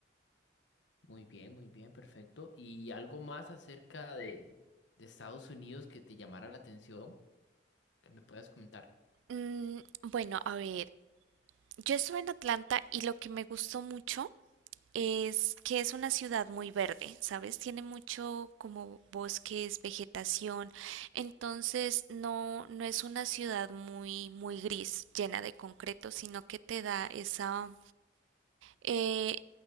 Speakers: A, on the left (about 75°); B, on the right (about 85°).
A: Muy bien, muy bien, perfecto. ¿Y algo más acerca de, de Estados Unidos que te llamara la atención, que me puedas comentar?
B: Mm, bueno, a ver, yo estuve en Atlanta y lo que me gustó mucho es que es una ciudad muy verde, ¿sabes? Tiene mucho como bosques, vegetación, entonces no, no es una ciudad muy, muy gris, llena de concreto, sino que te da esa, eh,